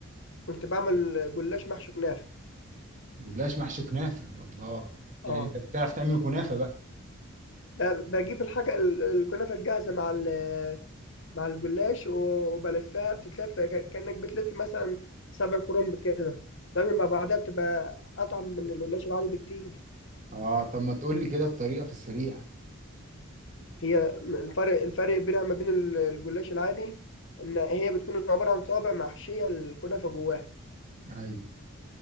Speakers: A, on the left; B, on the right.
A: كنت بعمل جلاش محشي كنافه
B: جلاش محشي كنافه الله يعني
A: اه
B: انت بتعرف تعمل كنافه بقى
A: لا بجيب الحاجه ال- الكنافه الجاهزه مع ال- مع الجلاش و- وبلفها بتتلف كأن- كانك بتلف مثلا سبع كرنب كده بعمل مع بعضها بتبقى اطعم من الجلاش العادي بكتير
B: اه طب ما تقول لي كده الطريقه في السريع
A: هي م- الفرق الفرق بينها ما بين ال- الجلاش العادي ان هي بتكون عباره عن صوابع محشيه الكنافه جواها
B: ايوه